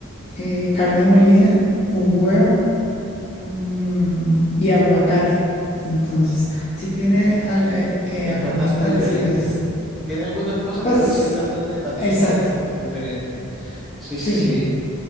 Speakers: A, on the left; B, in the centre.
A: eh, carne molida, un huevo, mm, y aguacate. Entonces, sí tiene al- eh, eh,
B: Es
A: algunos
B: bastante
A: parecidos.
B: diferente. Tiene algunas cosas,
A: Pues,
B: pero sí es bastante, bastante
A: exacto,
B: diferente. Sí,
A: sí,
B: sí, sí.